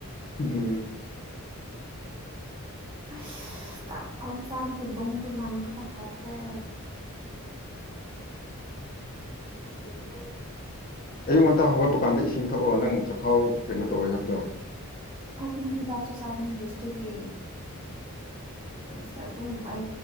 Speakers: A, on the left; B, on the right.
A: ꯎꯝ
B: ꯑꯁ ꯆꯥꯛ ꯑꯃꯨꯛ ꯆꯥꯕꯒꯤ ꯕꯨꯡꯗꯨ ꯅꯪꯕ ꯍꯧꯈ꯭ꯔꯦ ꯁꯤꯡꯗꯣ
A: ꯑꯌꯨꯛ ꯉꯟꯇꯥ ꯍꯧꯒꯠꯄ ꯀꯥꯟꯗ ꯏꯁꯤꯡ ꯊꯛꯑꯣ ꯅꯪ ꯆꯥꯛꯈꯥꯎ ꯀꯩꯅꯣ ꯇꯧꯋꯦ ꯍꯥꯏꯕꯗꯣ
B: ꯊꯛꯅꯤ ꯍꯤꯗꯥꯛꯁꯨ ꯆꯥꯕꯅꯤꯅꯦ ꯁꯇ꯭ꯔꯤꯛꯀꯤ ꯑꯁ ꯑꯗꯨꯝ ꯑꯩ